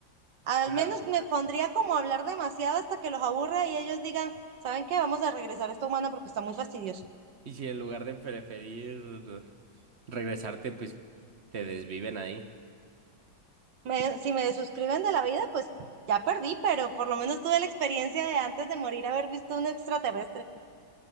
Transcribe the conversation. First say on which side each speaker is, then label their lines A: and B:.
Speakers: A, on the right; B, on the right.
A: Al
B: Pero,
A: menos me pondría como a hablar demasiado hasta que los aburra y ellos digan, ¿saben qué? Vamos a regresar a esta humana porque está muy fastidioso.
B: y si en lugar de preferir regresarte, pues te desviven ahí.
A: Me- si me desuscriben de la vida, pues ya perdí, pero por lo menos tuve la experiencia de antes de morir haber visto un extraterrestre.